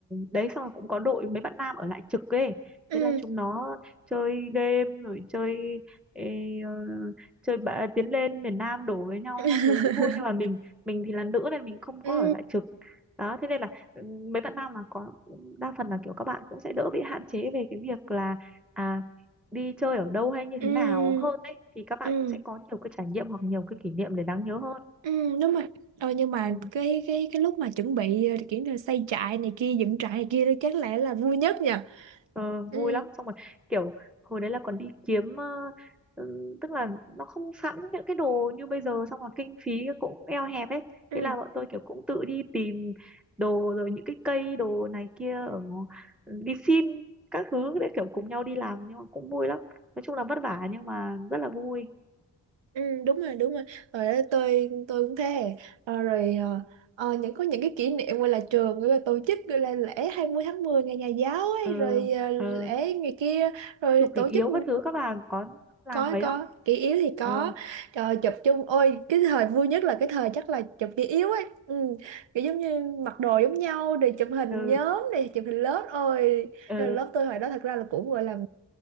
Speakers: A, in the centre; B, on the right (about 80°).
A: đấy xong rồi cũng có đội mấy bạn nam ở lại trực ấy
B: ừ
A: thế là chúng nó chơi game rồi chơi ê, ờ, chơi bạ, tiến lên miền Nam đổ với nhau
B: <laughs>
A: các thứ cũng vui nhưng mà mình mình thì là nữ nên mình không
B: ừ
A: có ở lại trực đó thế nên là ừ, mấy bạn nam là có đa phần là kiểu các bạn cũng sẽ đỡ bị hạn chế về cái việc là à đi chơi ở đâu hay như
B: ừ
A: thế nào hơn đấy thì các bạn
B: ừ
A: cũng sẽ có nhiều cái trải nghiệm hoặc nhiều cái kỷ niệm để đáng nhớ hơn
B: ừ đúng rồi Ờ, nhưng mà
A: ừ.
B: cái cái cái lúc mà chuẩn bị ờ, kiểu như là xây trại này kia dựng trại này kia đó chắc lẽ là vui nhất nhỉ
A: Ờ,
B: ừ
A: vui lắm xong rồi kiểu hồi đấy là còn đi kiếm ờ, ừm, tức là nó không sẵn những cái đồ như bây giờ xong là kinh phí cũng eo hẹp ấy
B: ừ
A: thế là bọn tôi kiểu cũng tự đi tìm đồ rồi những cái cây đồ này kia ở ngõ- đi xin các thứ để kiểu cùng nhau đi làm nhưng mà cũng vui lắm nói chung là vất vả nhưng mà rất là vui
B: Ừ, đúng rồi đúng rồi rồi đó, tôi tôi cũng thế Ờ, rồi ờ, ờ, những có những cái kỷ niệm gọi là trường gọi là tổ chức gọi là lễ 20 tháng 10 ngày nhà giáo
A: ờ,
B: ấy rồi ờ, lễ
A: ờ,
B: ngày kia rồi
A: chụp
B: tổ
A: kỷ yếu
B: chức
A: các thứ các bà có làm
B: có
A: mấy
B: có
A: không
B: kỷ yếu thì có
A: ờ,
B: rồi chụp chung ôi cái thời vui nhất là cái thời chắc là chụp kỷ yếu ấy ừ, kiểu giống như mặc đồ giống nhau rồi chụp hình
A: ờ,
B: nhóm này chụp hình lớp ôi
A: ờ,
B: nhưng mà lớp tôi hồi đó thật ra là cũng gọi là